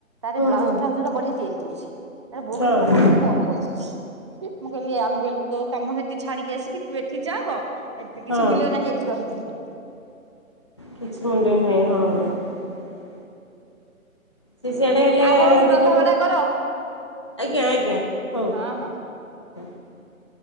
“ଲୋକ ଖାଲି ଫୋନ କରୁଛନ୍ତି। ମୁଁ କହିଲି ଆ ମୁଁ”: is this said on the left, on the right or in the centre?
Right